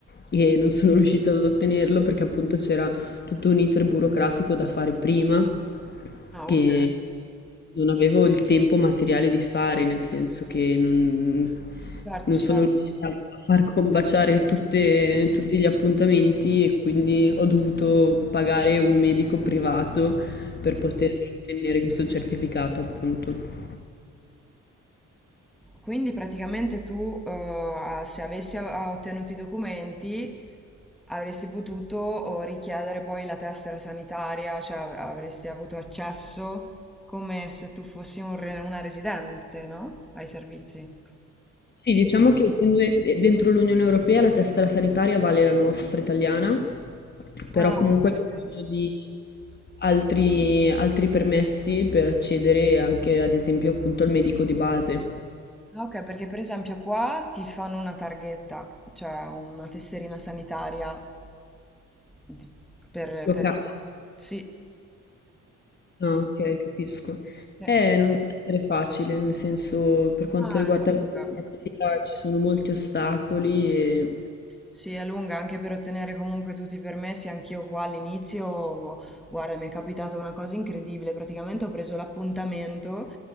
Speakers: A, on the left; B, in the centre.
A: e non sono <laughs> riuscita ad ottenerlo perché appunto c'era tutto un iter burocratico da fare prima
B: Ah,
A: che
B: ok.
A: non avevo il tempo materiale di fare, nel senso che non,
B: Certo,
A: non
B: certo.
A: sono riuscita a far combaciare tutte- tutti gli appuntamenti e quindi ho dovuto pagare un medico privato per poter ottenere questo certificato, appunto.
B: Quindi praticamente tu, eh, a- se avessi a- ottenuto i documenti, avresti potuto oh, richiedere poi la tessera sanitaria, cioè av- avresti avuto accesso come se tu fossi un re- una residente, no? Ai servizi.
A: Sì, diciamo che essendo de- de- dentro l'Unione Europea la tessera sanitaria vale la nostra italiana, però
B: Ah,
A: comunque
B: ok.
A: hai bisogno di altri, altri permessi per accedere anche ad esempio appunto al medico di base.
B: Ah, Ok, perché per esempio qua ti fanno una targhetta, cioè una tesserina sanitaria di- per,
A: Locale.
B: per... Sì,
A: Ah, ok, capisco.
B: sì.
A: Eh, non deve essere facile, nel senso per quanto
B: Ah,
A: riguarda
B: è lunga.
A: la burocrazia ci sono molti ostacoli e
B: Sì, è lunga anche per ottenere comunque tutti i permessi. Anch'io qua all'inizio, guarda, mi è capitata una cosa incredibile. Praticamente ho preso l'appuntamento,